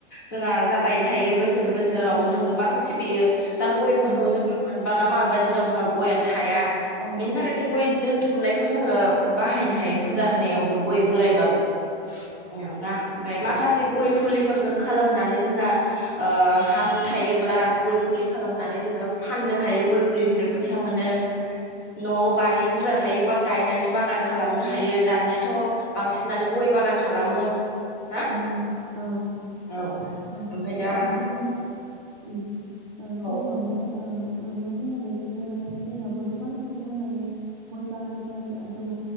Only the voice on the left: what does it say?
जोंहा जाबायनो थायो बोसोर सोर बोसोरावबो
जों गोबां सिबियो। दा गयफोरखौ
जोङो
मोनबाङा माबबा दिनाव जोंहा गया। थाया
बिनि थाखाय जों गय। दोनथुमनायखौ जोङो बाहायनो हायो फुजा होनायाव। गय-गय बोरायबाबो आनिओमफ्रा ओमफ्राय माखासे गय फुलिफोरजों खालामनानै जोंहा ओयो हा हु थायोब्ला गय फुलि। खालामनानै जोङो फाननो हायो गय फ फुलिनिफ्राय
फैसा मोनो नआव बारि बुरजा थायोबा गायनानै बागान खालामनो हायो दानियाथ' बांसिनानो गय बागान खालामो। ना
औ
ओमफ्राय दा
औ